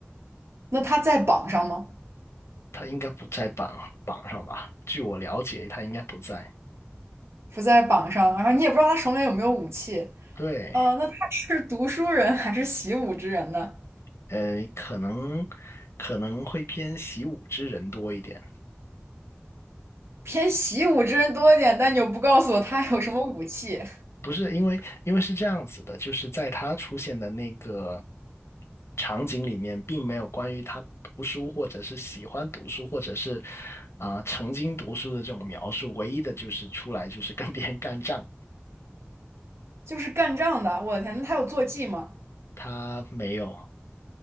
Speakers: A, on the right (about 75°); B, on the left (about 80°).
A: 那他在榜上吗？
B: 他应该不在榜榜上吧？据我了解，他应该不在。
A: 不在榜上，然后你也不知道他手里有没有武器。
B: 对，
A: 呃，那他是读书人还是习武之人呢？
B: 呃，可能可能会偏习武之人多一点。
A: 偏习武之人多一点，但你又不告诉我他有什么武器，
B: 不是因为，因为是这样子的，就是在他出现的那个场景里面，并没有关于他读书或者是喜欢读书或者是啊、曾经读书的这种描述。唯一的就是出来就是跟别人干仗，
A: 就是干仗的。我的天，那他有坐骑吗？
B: 他没有。